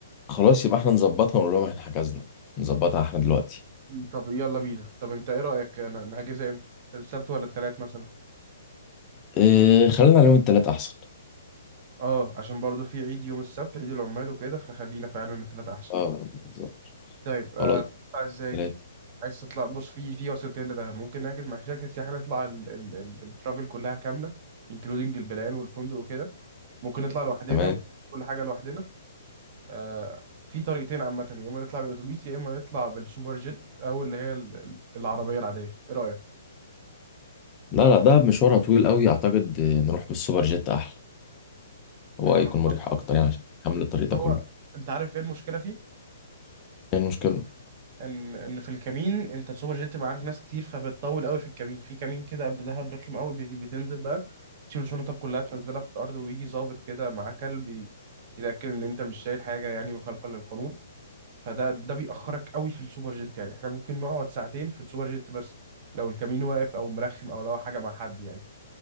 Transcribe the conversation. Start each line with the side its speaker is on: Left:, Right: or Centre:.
Left: خلاص يبقى احنا نظبطها ونقول لهم احنا حجزنا نظبطها احنا دلوقتي
Right: مم. طب يلا بينا طب انت ايه رايك ن- نحجزها امتى السبت ولا التلات مثلا
Left: إيه خلينا على يوم التلات احسن
Right: اه عشان برضو في عيد يوم السبت عيد العمال وكده فخلينا فعلا التلاتة احسن
Left: اه بالظبط
Right: طيب آه
Left: خلاص
Right: هتطلع ازاي
Left: التلات
Right: عايز تطلع بص في في وسيلتين لده ممكن نحجز مع شركة سياحة نطلع ال- ال- ال- الترافل كلها كاملة انكلودنج البلان والفندق وكده ممكن نطلع لوحدنا
Left: تمام
Right: وكل حاجة لوحدنا آه في طريقتين عامة يا اما نطلع بالاتوبيس يا اما نطلع بالسوبر جيت او اللي هي ال- ال- العربية العادية ايه رأيك؟
Left: لا لا دهب مشوارها طويل قوي اعتقد آه، نروح بالسوبر جيت احلى هو
Right: مثلا
Left: هيكون مريح اكتر يعني عشان حمل الطريق ده
Right: هو
Left: كله
Right: انت عارف ايه المشكلة فيه؟
Left: ايه المشكلة
Right: ان ان في الكمين انت السوبر جيت بيبقى عارف ناس كتير فبتطول قوي في الكمين في كمين كده قبل دهب رخم قوي بي- بتنزل بقى تشيل شنطك كلها تنزلها في الارض ويجي ظابط كده معاه كلب ي- يتاكد ان انت مش شايل حاجه يعني مخالفه للقانون فده ده بيأخرك قوي في السوبر جيت يعني احنا ممكن نقعد ساعتين في السوبر جيت بس لو الكمين واقف او مرخم او لو حاجه مع حد يعني